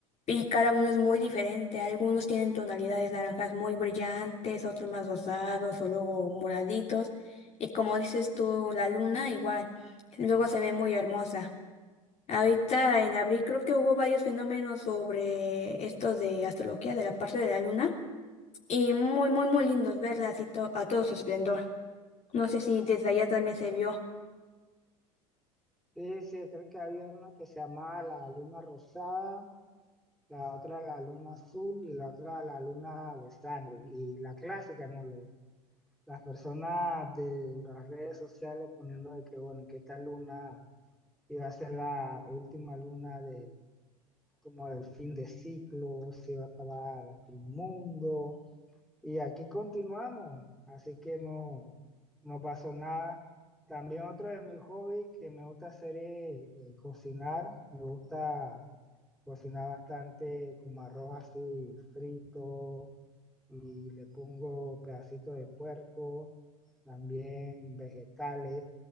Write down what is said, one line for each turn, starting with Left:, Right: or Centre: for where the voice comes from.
Left: y cada uno es muy diferente. Algunos tienen tonalidades naranjas muy brillantes, otros más rosados o luego moraditos. Y como dices tú, la luna igual, luego se ve muy hermosa. Ahorita en abril creo que hubo varios fenómenos sobre esto de astrología de la parte de la luna y muy, muy, muy lindos verla así to- a todo su esplendor. No sé si desde allá también se vio.
Centre: Sí, sí, creo que había una que se llamaba la luna rosada, la otra la luna azul y la otra la luna de sangre. Y la clásica, ¿no? Lo- las personas de las redes sociales poniendo de que, bueno, que esta luna iba a ser la última luna del, como del fin de ciclo, se iba a acabar el mundo. Y aquí continuamos, así que no, no pasó nada. También otro de mis hobbies que me gusta hacer es eh, cocinar. Me gusta cocinar bastante como arroz así frito y le pongo pedacitos de puerco, también vegetales,